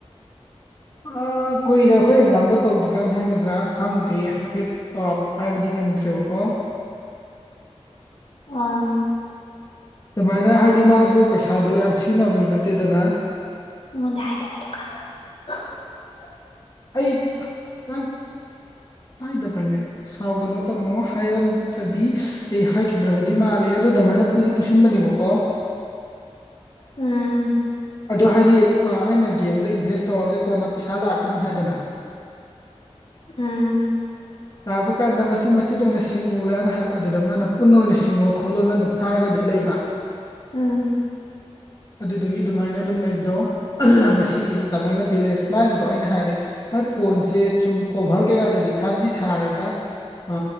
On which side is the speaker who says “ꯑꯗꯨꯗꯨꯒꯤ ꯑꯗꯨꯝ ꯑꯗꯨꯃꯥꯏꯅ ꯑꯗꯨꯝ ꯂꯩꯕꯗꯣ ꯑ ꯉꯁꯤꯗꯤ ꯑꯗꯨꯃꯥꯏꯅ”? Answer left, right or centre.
Left